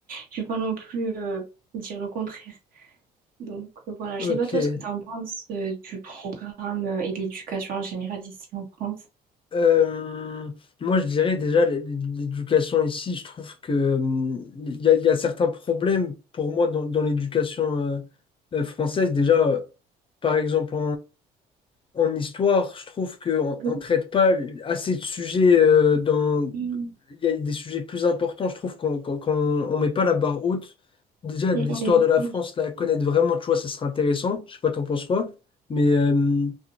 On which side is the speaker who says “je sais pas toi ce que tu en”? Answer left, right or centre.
Right